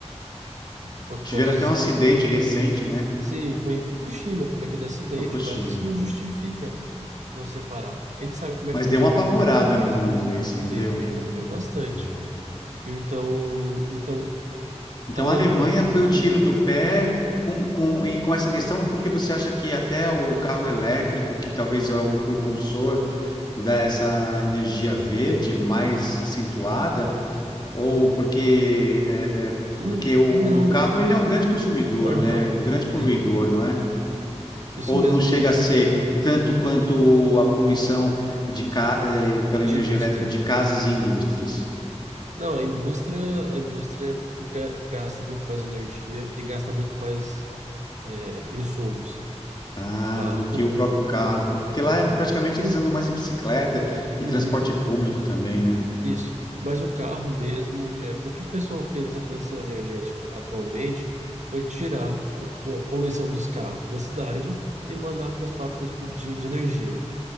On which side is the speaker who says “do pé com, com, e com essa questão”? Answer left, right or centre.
Left